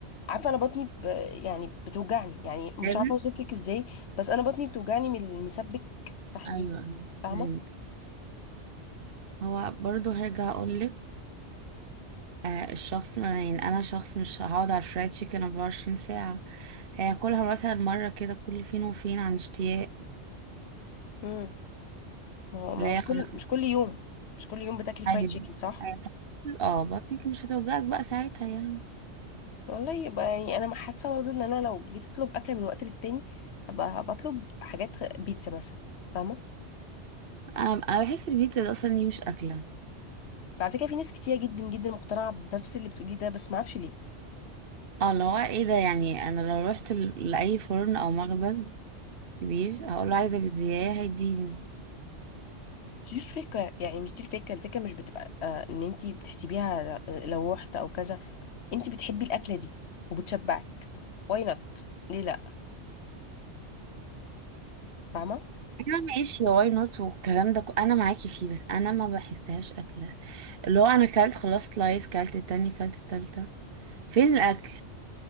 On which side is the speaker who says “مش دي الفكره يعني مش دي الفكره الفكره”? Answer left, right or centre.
Left